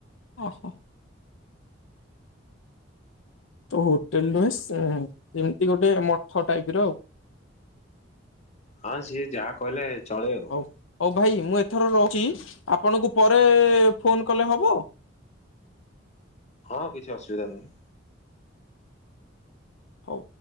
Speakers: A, on the left; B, on the left.
A: ଓହୋ। ତ ହୋଟେଲ ନୁହେ ଏମିତି ଗୋଟେ ମଠ ଟାଇପ ର ଆଉ।
B: ହଁ ସିଏ ଯାହା କହିଲେ ଚଳେ ଆଉ।
A: ହଉ ହଉ ଭାଇ ମୁଁ ଏଥର ରହୁଛି ଆପଣଙ୍କୁ ପରେ ଫୋନ କଲେ ହବ?
B: ହଁ କିଛି ଅସୁବିଧା ନାହିଁ।
A: ହଉ।